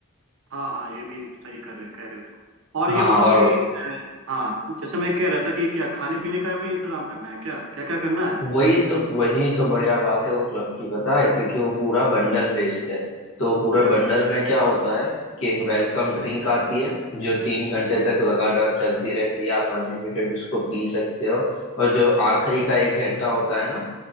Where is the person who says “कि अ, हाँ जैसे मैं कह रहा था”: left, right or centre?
Right